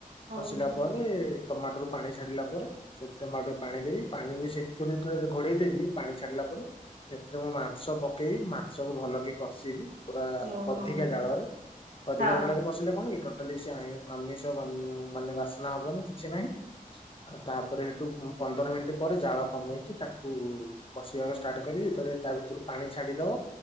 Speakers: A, on the right; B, on the left.
A: ହଁ ହଁ
B: କଷିଲା
A: ହଁ
B: ପରେ ଟମାଟୋରୁ ପାଣି ଛାଡିଲା ପରେ ସେଥିରେ ମୁଁ ଆଉ ଟିକେ ପାଣି ଦେବି ପାଣିରୁ ସେଥିରୁ ଯେତେବେଳ ଘୋଡେଇ ଦେବି ପାଣି ଛାଡିଲା ତାପରେ ଏଥିରେ ମୁଁ ମାଂସ ପକେଇବି ମାଂସ ସବୁ ଭଲକି କଷିବି ପୁରା
A: ହଁ
B: ଅଧିକା
A: ହଁ
B: ଜାଳରେ ଅଧିକା
A: ହଁ
B: ଜାଳରେ କଷିଲେ କଣ କି ଟୋ ଟୋଟାଲି ସେଇ ଆଇ ଆମିଷ ମାନେ ବାସ୍ନା ହବନି କିଛି ନାହିଁ ତାପରେ ସେଠୁ ପନ୍ଦର ମିନିଟ ପରେ ଜାଳ କମେଇକି ତାକୁ କଷିବାର ଷ୍ଟାର୍ଟ କରିବି ଯେତେବେଳେ ତା ଭିତରୁ ପାଣି ଛାଡିଦବ